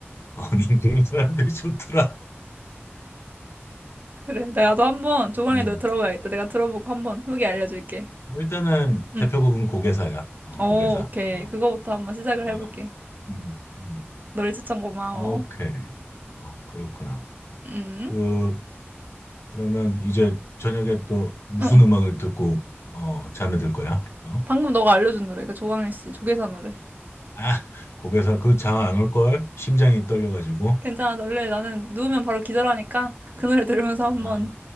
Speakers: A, on the left; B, on the right.
A: <laughs> 어는 그런 사람들이 좋더라.
B: 그래. 나도 한번 조광일
A: 음.
B: 노래 들어봐야겠다. 내가 들어보고 한번 후기 알려줄게.
A: 뭐 일단은
B: 응.
A: 대표곡은 고개사야. 어,
B: 어,
A: 고개사.
B: 오케이.
A: 어,
B: 그거부터 한번 시작을
A: 어,
B: 해볼게.
A: 음, 음.
B: 노래 추천 고마워.
A: 오케이. 어, 그렇구나.
B: 응응.
A: 그, 그러면 이제 저녁에 또 무슨
B: 어, 어.
A: 음악을 듣고, 어, 잠에 들 거야? 어?
B: 방금 너가 알려준 노래, 그 조광일 씨 조계사 노래.
A: 아, 고개사 그 잠 안 올 걸? 심장이 떨려가지고.
B: 괜찮아, 원래 나는 누우면 바로 기절하니까 그 노래 들으면서 한번
A: 아,